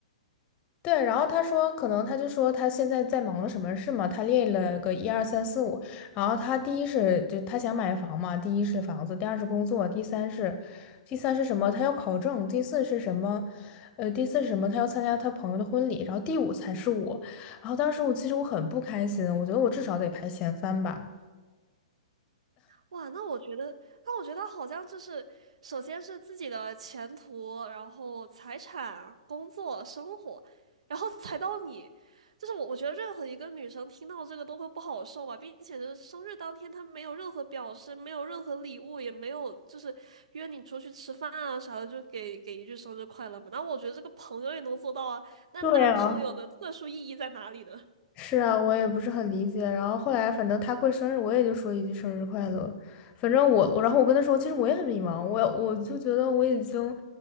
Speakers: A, on the left; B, on the right.
A: 对，然后他说，可能他就说他现在在忙什么事嘛，他列了个一二三四五，然后他第一是就他想买房嘛，第一是房子，第二是工作，第三是，第三是什么？他要考证，第四是什么？呃，第四是什么？他要参加他朋友的婚礼，然后第五才是我。然后当时我其实我很不开心，我觉得我至少得排前三吧。
B: 哇，那我觉得，那我觉得好像就是，首先是自己的前途，然后财产、工作、生活，然后才到你，就是我，我觉得任何一个女生听到这个都会不好受吧，并且就是生日当天，她没有任何表示，没有任何礼物，也没有就是约你出去吃饭啊啥的，就给给一句生日快乐嘛。那我觉得这个朋友也能做到啊，那男朋友的特殊意义在哪里呢？
A: 对啊，是啊，我也不是很理解。然后后来，反正他过生日，我也就说一句生日快乐。反正我，我然后我跟他说，其实我也很迷茫，我我就觉得我已经，